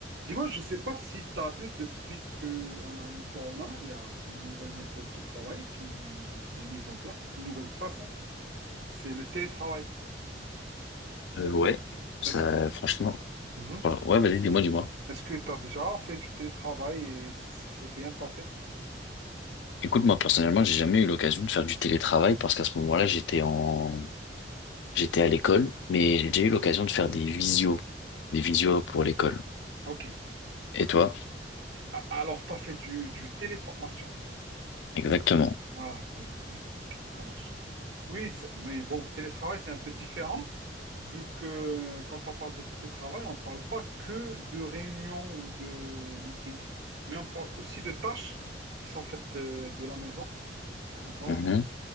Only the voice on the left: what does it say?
Euh, ouais, ça,
franchement,
fran- ouais, vas-y, dis-moi, dis-moi.
Écoute, moi, personnellement, j'ai jamais eu l'occasion de faire du télétravail parce qu'à ce
moment-là, j'étais en, j'étais à l'école, mais
j'ai déjà eu l'occasion de faire des visios, des visios pour l'école.
Et toi?
Exactement.
Mhm.